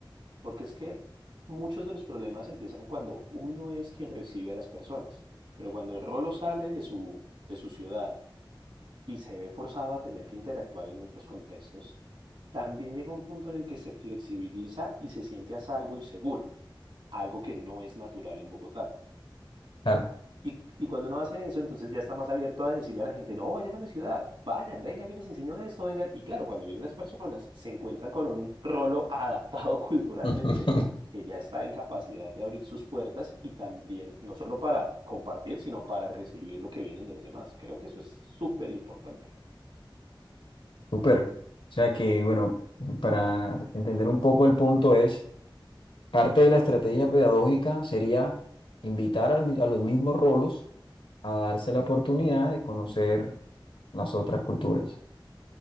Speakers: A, on the right (about 75°); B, on the left (about 80°).
A: porque es que muchos de los problemas empiezan cuando uno es quien recibe a las personas, pero cuando el rolo sale de su, de su ciudad y se ve forzado a tener que interactuar en otros contextos, también llega un punto en el que se flexibiliza y se siente a salvo y seguro, algo que no es natural en Bogotá.
B: Claro.
A: Y, y cuando uno hace eso, entonces ya está más abierto a decirle a la gente, no, vayan a mi ciudad, vayan, vengan, yo les enseño esto, vengan. Y claro, cuando vienen las personas, se encuentran con un rolo <laughs> adaptado culturalmente
B: <laughs>
A: que ya está en capacidad de abrir sus puertas y también, no solo para compartir, sino para recibir lo que vienen de los demás. Creo que eso es súper importante.
B: Súper. O sea que, bueno, para entender un poco el punto es, parte de la estrategia pedagógica sería invitar al mi- a, los mismos rolos a darse la oportunidad de conocer las otras culturas.